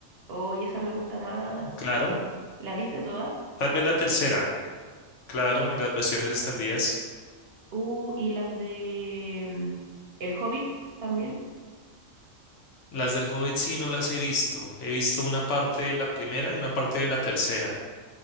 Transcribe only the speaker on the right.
Oye, esa me gusta más.
¿Las viste todas?
Uh, y las de mm, El Hobbit también.